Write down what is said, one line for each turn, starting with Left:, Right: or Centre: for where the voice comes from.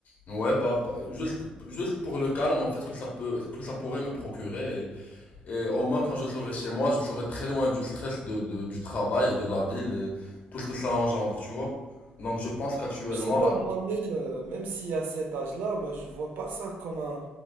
Left: Ouais, bah, pa- juste, juste pour le calme, en fait, que ça peut, que ça pourrait me procurer, et, et au moins quand je serai chez moi, je serai très loin du stress de, de- du travail et de la ville et tout ce que ça engendre, tu vois. Donc je pense qu'actuellement,
Right: Je sais pas,
Left: là,
Right: moi-même, euh, même si à cet âge-là, bah, je vois pas ça comme un,